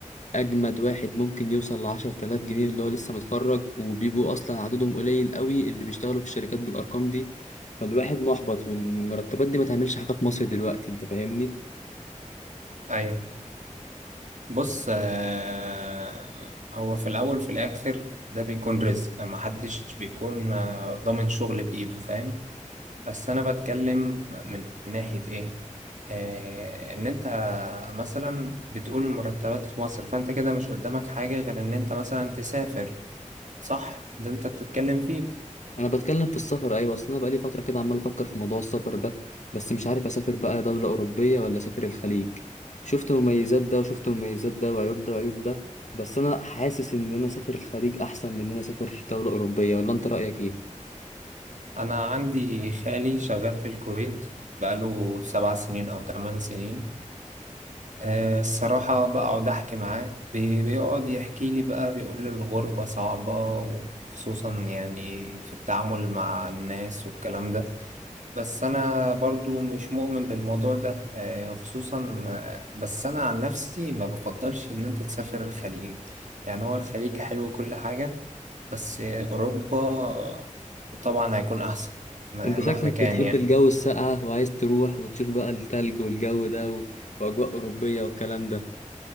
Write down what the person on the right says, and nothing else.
ايوه بص آه، هو في الأول وفي الآخر ده بيكون رزق محدش بيكون آه، ضامن شغل بإيده فاهم بس أنا بتكلم من ناحية إيه آه، إن أنت مثلا بتقول المرتبات في مصر فأنت كده مش قدامك حاجة غير إن أنت مثلا تسافر صح ده أنت بتتكلم فيه
أنا عندي خالي شغال في الكويت بقاله سبع سنين أو تمن سنين آه، الصراحة بقعد أحكي معاه بي- بيقعد يحكي لي بقى بيقول لي الغربة صعبة وخصوصا يعني في التعامل مع الناس والكلام ده بس أنا برضو مش مؤمن بالموضوع ده آه، خصوصا آه، بس أنا عن نفسي ما بفضلش إن أنت تسافر الخليج يعني هو الخليج حلو كل حاجة بس آه، أوروبا آه، طبعا هيكون أحسن م-
مهما كان
يعني